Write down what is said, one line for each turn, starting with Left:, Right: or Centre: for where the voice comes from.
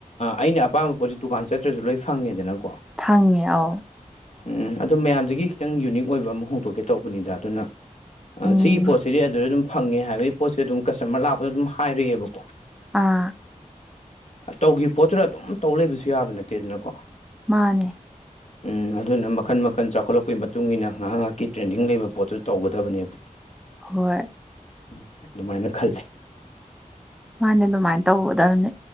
Left: ꯑꯩꯅ ꯑꯄꯥꯝꯕ ꯄꯣꯠꯁꯤ ꯗꯨꯀꯥꯟ ꯆꯠꯇ꯭ꯔꯁꯨ ꯂꯣꯏ ꯐꯪꯉꯦꯗꯅꯀꯣ
Centre: ꯊꯥꯡꯉꯦ ꯑꯥꯎ
Left: ꯎꯝ ꯑꯣ ꯃꯌꯥꯝꯗꯒꯤ ꯈꯤꯇꯪ ꯌꯨꯅꯤꯛ ꯑꯣꯏꯕ ꯑꯃ ꯍꯣꯡꯗꯣꯛꯀꯦ ꯇꯧꯕꯅꯤꯗ ꯑꯗꯨꯅ
Centre: ꯎꯝ
Left: ꯁꯤꯒꯤ ꯄꯣꯠꯁꯤꯗꯤ ꯑꯗꯨꯗ ꯑꯗꯨꯝ ꯐꯪꯉꯦ ꯍꯥꯏꯕꯒꯤ ꯄꯣꯠꯁꯨ ꯑꯗꯨꯝ ꯀꯁꯇꯃꯔ ꯂꯥꯛꯄꯗ ꯑꯗꯨꯝ ꯍꯥꯏꯔꯛꯑꯦꯕꯀꯣ
Centre: ꯑꯥ
Left: ꯇꯧꯈꯤꯕ ꯄꯣꯠꯇꯨꯗ ꯑꯗꯨꯝ ꯇꯧ ꯂꯩꯕꯁꯨ ꯌꯥꯕ ꯅꯠꯇꯦ ꯑꯗꯨꯅꯀꯣ
Centre: ꯃꯥꯅꯦ
Left: <inaudible> ꯎꯝ ꯑꯗꯨꯅ ꯃꯈꯟ ꯃꯈꯟ ꯆꯥꯎꯈꯠꯂꯛꯄꯒꯤ ꯃꯇꯨꯡ ꯏꯟꯅ ꯉꯥꯏꯍꯥꯛ ꯉꯥꯏꯍꯥꯛꯀꯤ ꯇ꯭ꯔꯦꯟꯗꯤꯡ ꯂꯩꯕ ꯄꯣꯠꯇꯨ ꯇꯧꯒꯗꯕꯅꯦꯕ
Centre: ꯍꯣꯏ
Left: ꯎ ꯑꯗꯨꯃꯥꯏꯅ ꯈꯜꯂꯦ
Centre: ꯃꯥꯅꯦ ꯑꯗꯨꯃꯥꯏꯅ ꯇꯧꯒꯗꯕꯅꯤ